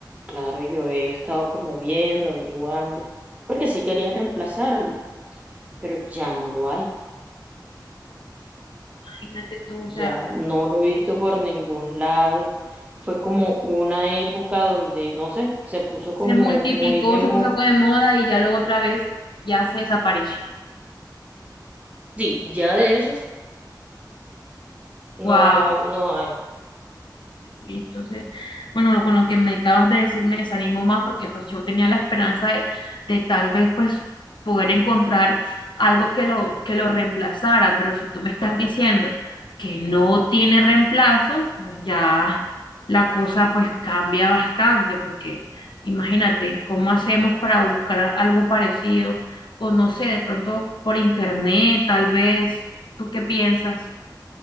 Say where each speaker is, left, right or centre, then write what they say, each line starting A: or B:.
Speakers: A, on the right; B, on the left.
A: claro, yo he estado como viendo, averiguando, porque sí quería reemplazarlo, pero ya no lo hay,
B: imagínate tú, o sea...
A: ya no lo he visto por ningún lado. Fue como una época donde, no sé, se puso como
B: se multiplicó,
A: muy de moda
B: se puso de moda y ya luego otra vez ya se desapareció.
A: Sí, ya de eso no,
B: Wow.
A: no hay.
B: Listo. Entonces, bueno, lo- con lo que me acabas de decir me desanimo más porque pues yo tenía la esperanza de, de tal vez pues poder encontrar algo que lo, que lo reemplazara, pero si tú me estás diciendo que no tiene reemplazo, pues, ya la cosa pues cambia bastante porque imagínate cómo hacemos para buscar algo parecido o no sé, de pronto por internet tal vez, ¿tú qué piensas?